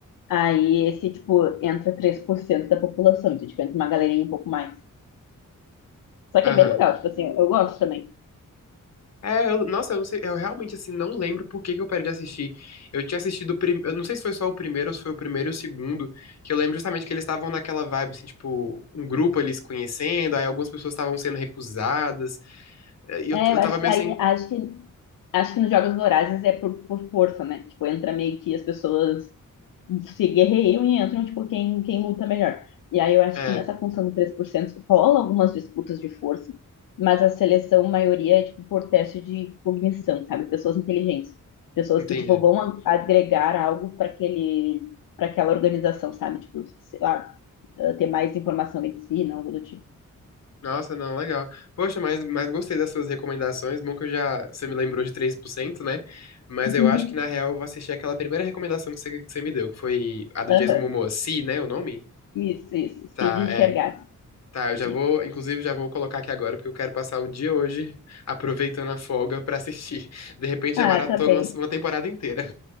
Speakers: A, on the left; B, on the left.
A: Aí esse, tipo, entra três por cento da população, então, tipo, entra uma galerinha um pouco mais. Só que
B: Aham.
A: é bem legal, tipo assim, eu gosto também.
B: É, eu- nossa, eu não sei, eu realmente assim não lembro por que que eu parei de assistir. Eu tinha assistido, o prim- eu não sei se foi só o primeiro ou se foi o primeiro e o segundo, que eu lembro justamente que eles estavam naquela vibe assim, tipo, um grupo ali se conhecendo, aí algumas pessoas estavam sendo recusadas, eh, e eu,
A: É,
B: t- eu
A: eu
B: tava
A: acho
B: meio
A: que aí
B: sem,
A: acho que acho que nos Jogos Vorazes é por, por força, né? Tipo, entra meio que as pessoas se guerreiam e entram, tipo, quem, quem luta melhor. E aí eu acho
B: é,
A: que nessa função do três por cento rola algumas disputas de força, mas a seleção, maioria, é, tipo, por teste de cognição, sabe? Pessoas inteligentes. Pessoas
B: entendi.
A: que, tipo, vão a- agregar algo para aquele, para aquela organização, sabe? Tipo, sei lá, ah, ter mais informação em medicina, algo do tipo.
B: Nossa, não, legal. Poxa, mas, mas gostei das suas recomendações. Bom que eu já, você me lembrou de três por cento né? Mas
A: <laughs>
B: eu acho que na real eu vou assistir aquela primeira recomendação que você, que você me deu, que foi a do
A: Aham.
B: Jason Momoa, Si, né, o nome?
A: Isso, isso. Se
B: Tá,
A: de enxergar.
B: é. Tá, eu já
A: Isso.
B: vou, inclusive já vou colocar aqui agora, porque eu quero passar o dia hoje aproveitando a folga pra assistir. De repente
A: Ah,
B: já maratona
A: tá bem.
B: uma, uma temporada inteira.